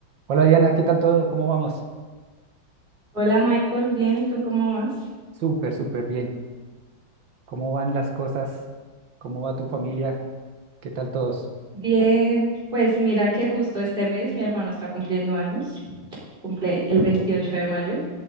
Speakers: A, on the right; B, on the right.
A: Hola Diana, ¿qué tal todo? ¿Cómo vamos?
B: Hola Michael, bien, ¿y tú cómo vas?
A: Súper, súper bien. ¿Cómo van las cosas? ¿Cómo va tu familia? ¿Qué tal todos?
B: Bien, pues mira que justo este mes mi hermano está cumpliendo años, cumple el veintiocho
A: Ok.
B: de mayo,